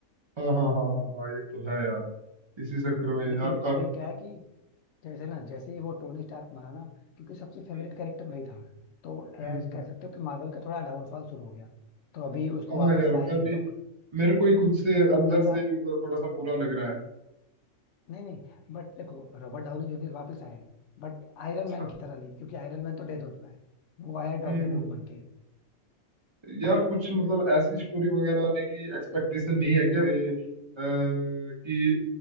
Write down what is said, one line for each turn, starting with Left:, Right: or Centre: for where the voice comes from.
Right: हाँ हाँ हाँ हाँ हाँ ये तो है यार इसी चक्कर में
Left: लेकिन
Right: यार काफी
Left: अभी क्या है कि जैसे ना जैसे ही वो टोनी स्टार्क मरा ना क्योंकि सबसे फेवरेट
Right: हम्म
Left: कैरेक्टर वही था तो
Right: हम्म,
Left: एज कह सकते हो कि मार्वल का थोड़ा डाउनफॉल शुरू हो गया तो अभी उसको
Right: हाँ
Left: वापस
Right: यार
Left: लाए
Right: मैं
Left: हैं ये
Right: भी
Left: लोग
Right: मेरे को ही खुद से अंदर
Left: Tony Stark
Right: से मतलब थोड़ा सा बुरा लग रहा है
Left: नहीं नहीं बट देखो रॉबर्ट डाउनी जूनियर वापस आए हैं बट आयरन
Right: अच्छा
Left: मैन की तरह नहीं क्योंकि आयरन मैन तो डेड हो चुका है वो आया
Right: हम्म
Left: डॉक्टर
Right: हम्म
Left: डूम बन के
Right: यार कुछ मतलब ऐसी स्टोरी वगैरह आने की एक्सपेक्टेशन नहीं है क्या अरे, अ, कि